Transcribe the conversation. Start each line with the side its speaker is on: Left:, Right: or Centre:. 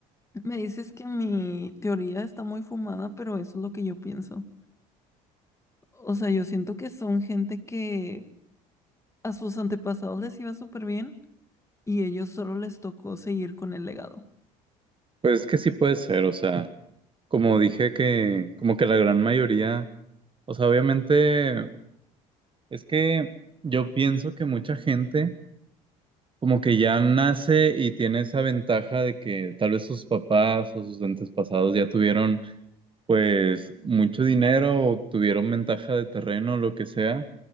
Left: me dices que mi teoría está muy fumada, pero eso es lo que yo pienso. O sea, yo siento que son gente que a sus antepasados les iba súper bien y ellos solo les tocó seguir con el legado.
Right: Pues es que sí puede ser, o sea, como dije que, como que la gran mayoría, o sea, obviamente es que yo pienso que mucha gente Como que ya nace y tiene esa ventaja de que tal vez sus papás o sus antepasados ya tuvieron pues mucho dinero o tuvieron ventaja de terreno, lo que sea.